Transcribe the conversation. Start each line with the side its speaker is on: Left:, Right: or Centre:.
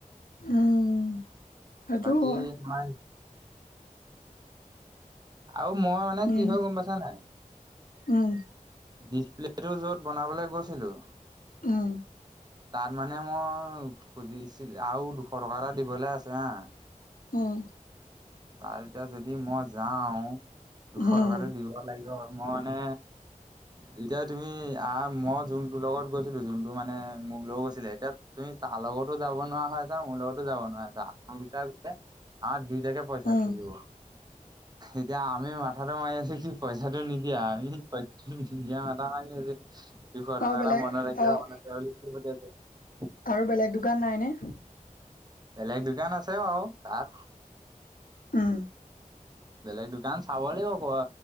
Left: উম সেইটোও
Right: বাকী
Left: হয়
Right: মায় আৰু মই মানে
Left: উম
Right: কি হৈ গম পাইছা নাই।
Left: উম
Right: প্লেটো য'ত বনাবলৈ গৈছিলোঁ।
Left: উহ
Right: তাত মানে মই খুজিছিল আৰু দুশ টকা এটা দিবলৈ আছে হা
Left: ওহ
Right: তাৰ এতিয়া যদি মই যাও দুশ
Left: উম,
Right: টকাতটো দিব লাগিব। মই মানে যেতিয়া তুমি আহ মই যোনটো লগত গৈছিলো যোনটো মানে মোক লৈ গৈছিলে এতিয়া তুমি তাৰ লগতো যাব নোৱাৰা হৈ আছা, মোৰ লগতো যাব নোৱাৰা হৈ আছা আমি দুটাই গ'লে আমাৰ দুইটাকে পইচা
Left: উম,
Right: খুজিব এতিয়া আমি মাথাটো মাৰি আছো কি পইচাটো নিদিয়া, আমি পইচাটো নিদিয়া মাথা মাৰি আছোঁ। দুশ
Left: আৰু
Right: টকা
Left: বেলেগ
Right: এটা মনত ৰাখিব
Left: অ',
Right: মনত ৰাখিব <unintelligible>
Left: আৰু বেলেগ দোকান নাই নে?
Right: বেলেগ দোকান আছে বাও তাত।
Left: উহ
Right: বেলেগ দোকান চাব লাগিব কবা